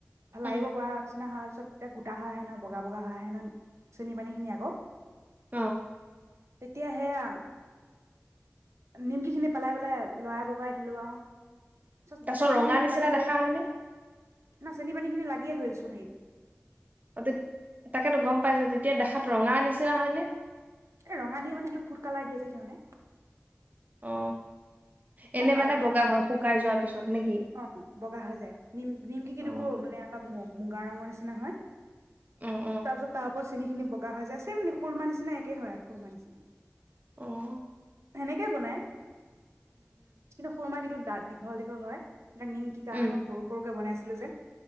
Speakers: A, on the right; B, on the right.
A: ভাল
B: উম
A: আহিব পৰা নিচিনা সাজ তেতিয়া গোটা হয় আহে ন বগা বগা হয় আহে ন চেনী পানী খিনি আকৌ
B: অ
A: এতিয়াহেয়া নিমকিখিনি পেলাই পেলাই লৰাই বগাই দিলো আৰু চ
B: তাৰপিছত
A: চেনী
B: ৰঙা
A: পানীখিনি
B: নিচিনা
A: লাগি ধৰিল
B: দেখা হয়নে
A: ন চেনী পানী খিনি লাগিয়ে ধৰি চোন সেইত
B: অ তাকেতো গম পাইছো তেতিয়া দেখাত ৰঙা আনিছে ন হয়নে
A: এ ৰঙা দিয়ে মানে সেইটো ফুড কালাৰ দিয়ে যে সিহঁতে
B: অ এনে
A: মই ক
B: মানে বগা হয় শুকাই যোৱাৰ পিছত নেকি?
A: অ বগা হৈ যায় নিম নিমকি কিন্তু
B: অ
A: কো <inaudible> মানে। মুগা ৰঙৰ নিচিনা হয়
B: অ অ
A: তাৰ পিছত তাৰ- চেনী খিনি বগা হৈ যায় চমে খুৰমা নিচিনা একে হয় আ খুৰমাৰ নিচিনা
B: আহ
A: সেনেকে বনাই কিন্তু সুৰমা কিন্তু। দীঘল দীঘল হয় এটা নিম কি কাৰণে
B: উম
A: মই সৰু সৰুকে বনাইছো ছিল যে